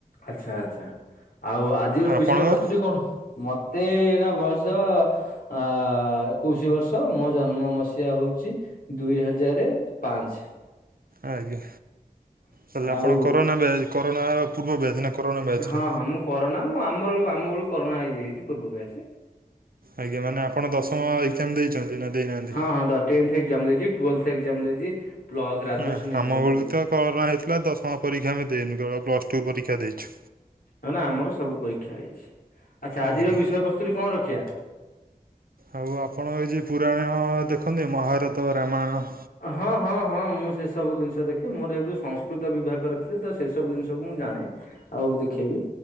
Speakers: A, on the left (about 80°); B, on the right (about 80°).
A: ଆଚ୍ଛା ଆଚ୍ଛା ଆଉ ଆଜିର
B: ଆପଣଙ୍କର
A: ବିଷୟବସ୍ତୁଟି କଣ? ମ ମତେ ଏଇନା ବୟସ ଏକୋଇଶି ବର୍ଷ। ମୋ ଜନ୍ମ ମସିହା ହଉଛି ଦୁଇ ହଜାରେ ପାଞ୍ଚେ।
B: ଆଜ୍ଞା। ତାହେଲେ
A: ଆଉ।
B: ଆପଣ କରୋନା ବ୍ୟାଚ୍ କରୋନା ପୂର୍ବ ବ୍ୟାଚ୍ ନା କରୋନା ବ୍ୟାଚ୍
A: ହଁ-
B: ରେ?
A: ହଁ- ମୁଁ କରୋନା ମୁଁ ଆମ ବେଳକୁ ଆମ ବେଳୁ କରୋନା ଇଏ ହେଇଛି ପୂର୍ବରୁ ଯାଇଛି।
B: ଆଜ୍ଞା ମାନେ ଆପଣ ଦଶମ ଏକଜାମ ଦେଇଛନ୍ତି ନା ଦେଇନାହାନ୍ତି?
A: ହଁ ହଁ ଦ ଟେନ୍ଥ ଏକ୍ଜାମ ଦେଇଛି ଟୁଏଲ୍ଥ ଏକ୍ଜାମ ଦେଇଛି। ପ୍ଲସ୍ ଗ୍ରାଜୁଏସନ
B: ନା
A: ଏକ୍ଜାମ
B: ଆମ ବେଳକୁ
A: ବି ଦେଇଛି
B: ତ କରୋନା ହେଇଥିଲା, ଦଶମ ପରୀକ୍ଷା ଆମେ ଦେଇନୁ କେବଳ ପ୍ଲସ ଟୁ ପରୀକ୍ଷା ଦେଇଛୁ।
A: ନ ନା ଆମର ସବୁ ପରୀକ୍ଷା ହେଇଛି। ଆଚ୍ଛା ଆଜିର
B: ଆଜ୍ଞା
A: ବିଷୟ ବସ୍ତୁଟି କଣ ରଖିଆ?
B: ଆଉ ଆପଣ ଏଇ ଯୋଉ ପୁରାଣ ଦେଖନ୍ତି, ମହାରତ ରାମାୟଣ
A: ହଁ- ହଁ- ହଁ- ମୁଁ ସେ ସବୁ ଜିନିଷ ଦେଖେ, ମୋର ଯେହେତୁ ସଂସ୍କୃତ ବିଭାଗ କରେ ଥିଲି ତ ସେସବୁ ଜିନିଷକୁ ମୁ ମୁଁ ଜାଣେ ଆଉ ଦେଖେ ବି,